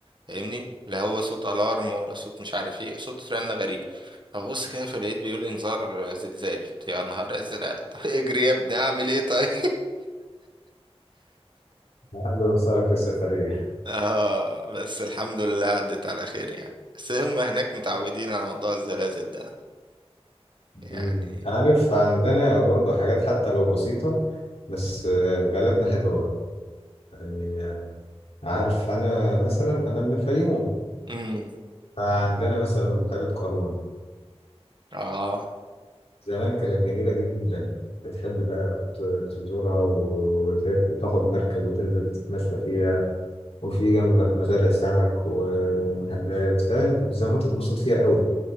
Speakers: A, on the right; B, on the left.
A: فاهمني لا هو صوت الارم ولا صوت مش عارف ايه صوت رنه غريب فبص كده فلقيت بيقول لي انذار زلزال قلت يا نهار ازرق <laughs> طب اجري يا ابني اعمل ايه طيب؟
B: حابب أسألك في السفرية
A: اه بس الحمد لله عدت على خير يعني بس هم هناك متعودين على موضوع الزلازل ده يعني
B: مم. عارف عندنا برضه حاجات حتى لو بسيطة بس آه، بلدنا حلوة برضه يعني آه، عارف أنا مثلا أنا من الفيوم
A: امم
B: فعندنا مثلا بحيرة قارون
A: اه
B: زمان كانت جميلة جدا بتحب بقى ت- تزورها و- وتر- وتاخد مركب وتنزل تتمشى فيها وفي جنبك مزارع سمك ومحلات فاهم كنت زمان تتبسط فيها قوي